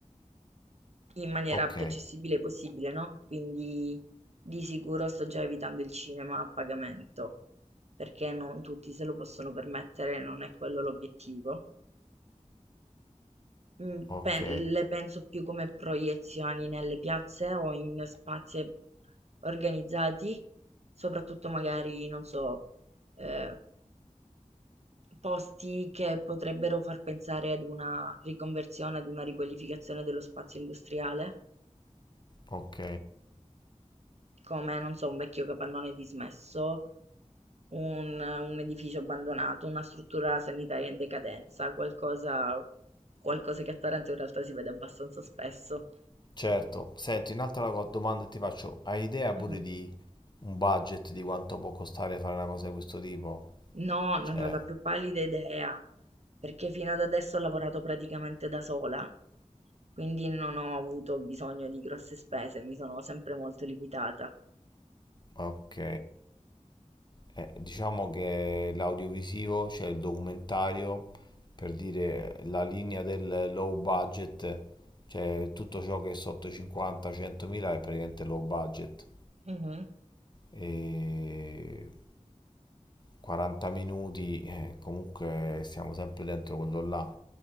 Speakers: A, on the right; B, on the left.
A: in maniera
B: ok,
A: più accessibile possibile, no? Quindi di sicuro sto già evitando il cinema a pagamento, perché non tutti se lo possono permettere, non è quello l'obiettivo. Mm,
B: ok,
A: pe- le penso più come proiezioni nelle piazze o in spazi organizzati, soprattutto magari, non so, eh, posti che potrebbero far pensare ad una riconversione, ad una riqualificazione dello spazio industriale.
B: ok.
A: come, non so, un vecchio capannone dismesso, un, un edificio abbandonato, una struttura sanitaria in decadenza, qualcosa, qualcosa che a Taranto in realtà si vede abbastanza spesso.
B: Certo, senti, un'altra co- domanda che ti faccio, hai idea pure
A: Mhm.
B: di un budget di quanto può costare fare una cosa di questo tipo?
A: No, non
B: Cioè,
A: ne ho la più pallida idea, perché fino ad adesso ho lavorato praticamente da sola, quindi non ho avuto bisogno di grosse spese, mi sono sempre molto limitata.
B: ok, Eh, diciamo che l'audiovisivo, cioè il documentario, per dire la linea del low budget, cioè tutto ciò che è sotto i 50-100.000 è praticamente low budget.
A: Mhm,
B: E 40 minuti, eh, comunque stiamo sempre dentro quello là.